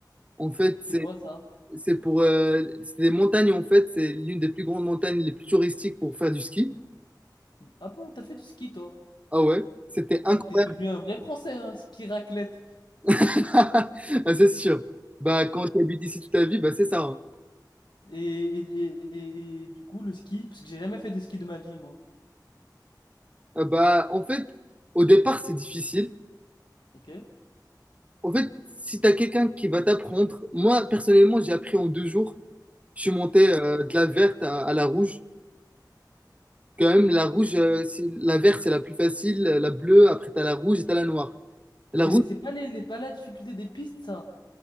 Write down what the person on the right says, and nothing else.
En fait,
c'est
c'est pour euh, c'est des montagnes en fait, c'est l'une des plus grandes montagnes les plus touristiques pour faire du ski.
Ah ouais, c'était incroyable.
<laughs> Ah, c'est sûr. Bah quand tu habites ici toute ta vie, bah c'est ça. hein.
Euh, Bah en fait, au départ, c'est difficile.
En fait, si tu as quelqu'un qui va t'apprendre, moi personnellement, j'ai appris en deux jours. Je suis monté euh, de la verte à, à la rouge. Quand même, la rouge, euh, c'est- la verte, c'est la plus facile. euh, La bleue, après, t'as la rouge et t'as la noire. La
rouge,